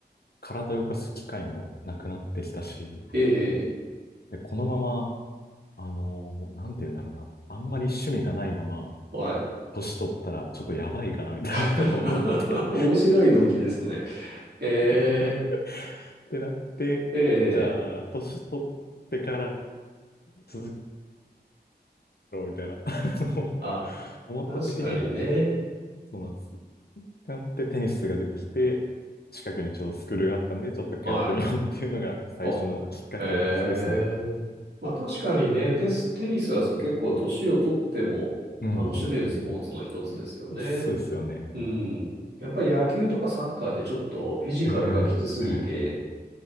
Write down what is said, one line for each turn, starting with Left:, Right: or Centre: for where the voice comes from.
Left: 体を動かす機会もなくなってきたし、
Right: ええ
Left: で、このまま、あのーなんて言うんだろうな、あんまり趣味がないまま、
Right: はい。
Left: 年取ったらちょっとやばいかな、みたいなのを思って。
Right: <laughs> 面白い動機ですね。え
Left: <laughs> ってなって、
Right: えええ
Left: じゃあ、年取ってから続けろ、みたいな、<laughs> あの
Right: あ、
Left: 思った時に、
Right: 確かにね。
Left: そうなんです。なってテニスが出てきて、近くにちょうどスクールがあったんで、ちょっと通ってみようっていうのが最初のきっかけですね。
Right: はい。あ、ええまあ確かにね、テス、テニスは結構年をとっても楽しめるスポーツの一つですよね。
Left: うんうんうん。そうですよね。
Right: うん。やっぱり野球とかサッカーってちょっとフィジカルがきつすぎて、
Left: ええええええ